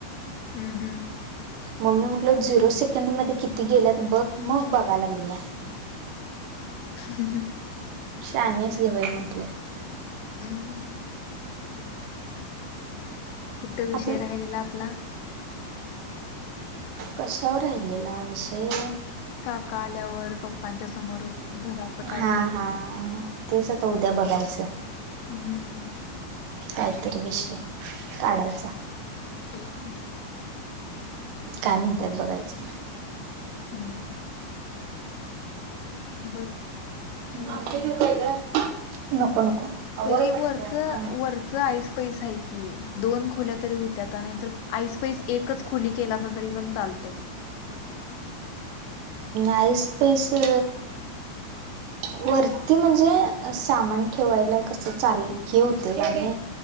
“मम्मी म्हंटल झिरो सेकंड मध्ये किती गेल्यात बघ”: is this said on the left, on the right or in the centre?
Right